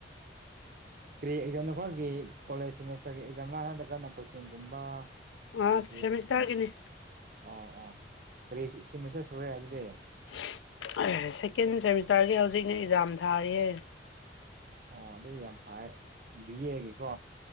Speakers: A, on the right; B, on the left.
A: ꯀꯔꯤ ꯑꯦꯛꯖꯥꯝ ꯅꯈꯣꯏꯒꯤ ꯀꯣꯂꯦꯖ ꯁꯦꯃꯦꯁꯇꯔꯒꯤ ꯑꯦꯛꯖꯥꯝ ꯂꯥ ꯅꯠꯇ꯭ꯔꯥ ꯅꯈꯣꯏ ꯆꯤꯡꯒꯨꯝꯕ
B: ꯑꯥ
A: <unintelligible>
B: ꯁꯦꯃꯤꯁꯇꯔꯒꯤꯅꯤ
A: ꯑꯣ ꯑꯣ ꯀꯔꯤ ꯁꯦꯃꯤꯁꯇꯔ ꯁꯨꯔꯦ ꯑꯗꯨꯗꯤ
B: <unintelligible> ꯁꯦꯀꯦꯟ ꯁꯦꯃꯤꯁꯇꯔꯒꯤ ꯍꯧꯖꯤꯛꯅ ꯑꯦꯛꯖꯥꯝ ꯊꯥꯔꯤꯌꯦ
A: ꯑꯣ ꯑꯗꯨ ꯌꯥꯝ ꯐꯔ ꯕꯤꯌꯦꯒꯤꯀꯣ